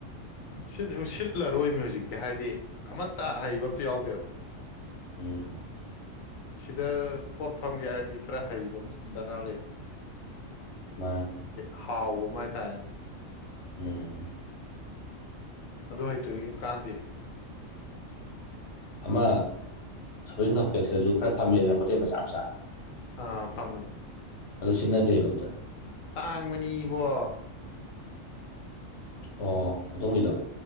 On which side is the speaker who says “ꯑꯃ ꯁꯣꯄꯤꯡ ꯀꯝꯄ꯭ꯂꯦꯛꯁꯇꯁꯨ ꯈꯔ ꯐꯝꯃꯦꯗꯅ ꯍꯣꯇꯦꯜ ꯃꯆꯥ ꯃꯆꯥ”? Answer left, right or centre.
Left